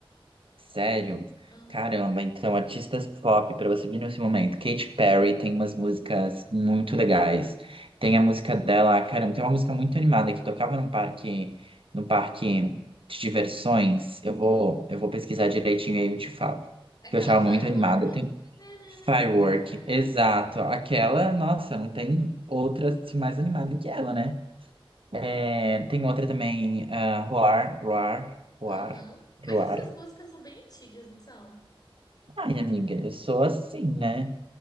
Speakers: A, on the right (about 70°); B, on the left (about 40°).
A: Sério?
B: Aham.
A: Caramba, então artistas pop pra você vir nesse momento. Katy Perry tem umas músicas muito legais. Tem
B: Ah,
A: a música dela, caramba, tem uma música muito animada que tocava num parque, num parque de diversões. Eu vou,
B: hum.
A: eu vou pesquisar direitinho e aí eu te falo.
B: Aquela
A: Que eu achava
B: firework.
A: muito animada. Tem
B: Nanana,
A: Firework,
B: the firework.
A: exato. Aquela, nossa, não tem outra assim, mais animada que ela, né? É, tem outra também, ah, Roar, Roar, Roar.
B: Aham. Mas
A: Roar.
B: essas músicas são bem antigas, não são?
A: Ai, amiga, eu sou assim, né?